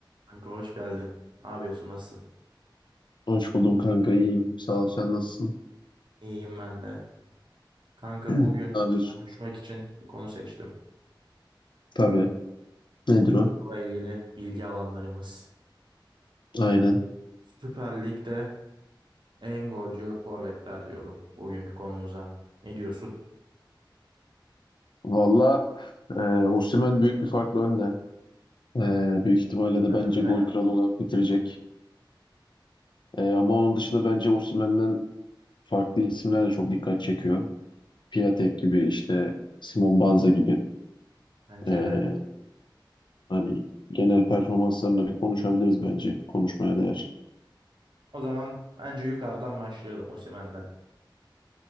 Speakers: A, on the right (about 65°); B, on the left (about 65°).
A: Kanka hoş geldin. Ne yapıyorsun? Nasılsın?
B: Hoş buldum kanka iyiyim. Sağ ol sen nasılsın?
A: İyiyim ben de. Kanka
B: <clears throat>
A: bugün
B: Ne yapıyorsun?
A: konuşmak için bir konu seçtim.
B: Tabii. Nedir o?
A: Bununla ilgili ilgi alanlarımız.
B: Aynen.
A: Süper Lig'de en golcü forvetler diyorum bugünkü konumuza. Ne diyorsun?
B: Valla e, Osimhen büyük bir farkla önde. E, büyük ihtimalle de
A: Ben
B: bence
A: önde.
B: gol kralı olarak bitirecek. E, ama onun dışında bence Osimhen'den farklı isimler de çok dikkat çekiyor. Piatek gibi işte Simon Banza gibi.
A: Bence
B: E,
A: de.
B: hani genel performanslarına bir konuşabiliriz bence. Konuşmaya değer.
A: O zaman bence yukarıdan başlayalım Osimhen'le.